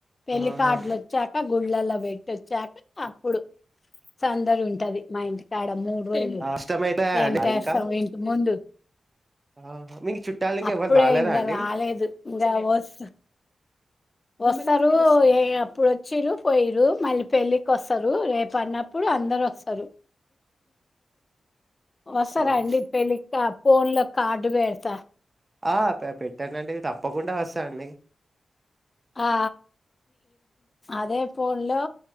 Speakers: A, on the left; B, on the right.
A: పెళ్లికట్లు
B: ఆహా
A: వచ్చాక గుళ్ళలో పెట్టిచ్చాక అప్పుడు సందడి ఉ ఉంటది మా ఇంటకాడ మూడు రోజులు
B: కష్టమైతా
A: టెంట్
B: అంట
A: వేస్తాం
B: ఇంకా
A: ఇంటి ముందు
B: ఆహా, మీకు చుట్టాలు ఇంక
A: అప్పుడే
B: ఎవరు రాలేదా
A: ఇంకా
B: అండి
A: రాలేదు ఇంకా వస్త వస్తారు ఏ అప్పుడు వచ్చారు పోయిరు మళ్ళీ పెళ్ళికి వస్తారు రేపు అన్నప్పుడు అందరు వస్తారు వస్తారండి
B: అవును.
A: పెళ్ళక ఫోన్ లో కార్డు వేడతా
B: ఆ పెట్టానండి తప్పకుండా వస్తాండి
A: ఆ అదే ఫోన్ లో